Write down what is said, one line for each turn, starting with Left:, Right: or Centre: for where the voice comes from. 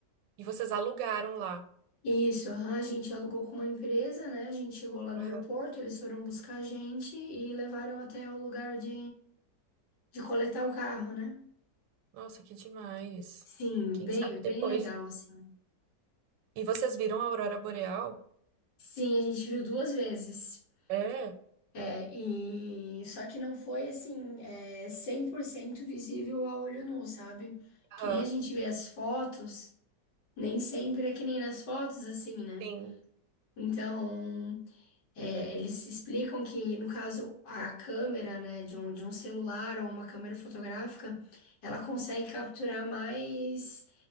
Right: E vocês alugaram lá.
Left: Isso, aham, a gente alugou com uma empresa, né? A gente chegou lá no
Right: Aham.
Left: aeroporto, eles foram buscar a gente e levaram até o lugar de, de coletar o carro, né?
Right: Nossa, que demais.
Left: Sim,
Right: Quem
Left: bem,
Right: sabe
Left: bem
Right: depois.
Left: legal, assim.
Right: E vocês viram a aurora boreal?
Left: Sim, a gente viu duas vezes.
Right: É.
Left: É, e só que não foi assim, é, 100% visível a olho nu, sabe?
Right: Aham.
Left: Que nem a gente vê as fotos, nem sempre é que nem nas fotos, assim, né?
Right: Sim.
Left: Então, é, eles explicam que, no caso, a câmera, né, de um, de um celular ou uma câmera fotográfica, ela consegue capturar mais